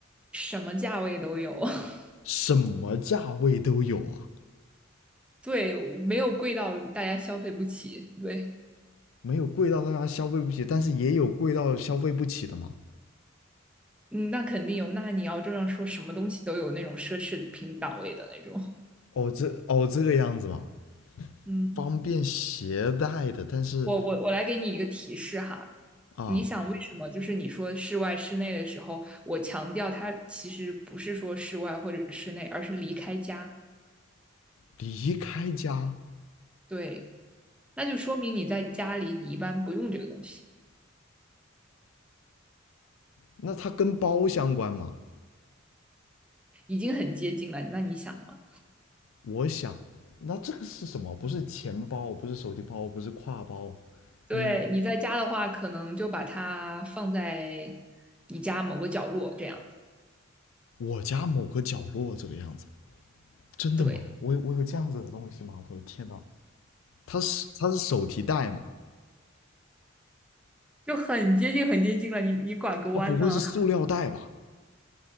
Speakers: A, in the centre; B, on the left (about 70°).
A: 什么价位都有。<laughs>
B: 什么价位都有啊，
A: 对，没有贵到大家消费不起。对，
B: 没有贵到大家消费不起，但是也有贵到消费不起的嘛。
A: 嗯，那肯定有。那你要这样说，什么东西都有那种奢侈品档位的那种。
B: 哦，这哦这个样子嘛，
A: 嗯，
B: 方便携带的，但是
A: 我我我来给你一个提示哈。
B: 啊，
A: 你想为什么？就是你说室外、室内的时候，我强调它其实不是说室外或者室内，而是离开家。
B: 离开家，
A: 对，那就说明你在家里，你一般不用这个东西，
B: 那它跟包相关嘛？
A: 已经很接近了。那你想吗？
B: 我想，那这个是什么？不是钱包，不是手提包，不是挎包，
A: 对，
B: 嗯，
A: 你在家的话，可能就把它放在你家某个角落，这样，
B: 我家某个角落这个样子，真的吗？
A: 对，
B: 我有我有这样子的东西吗？我的天呐，它是它是手提袋吗？
A: 就很接近，很接近了。你你拐个弯呢，
B: 它不会是塑料袋吧？